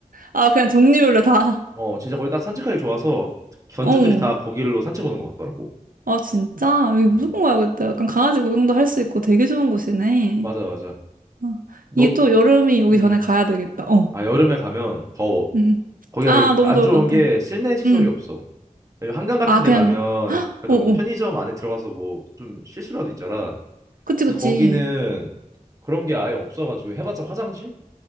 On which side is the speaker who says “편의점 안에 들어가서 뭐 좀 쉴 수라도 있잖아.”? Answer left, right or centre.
Right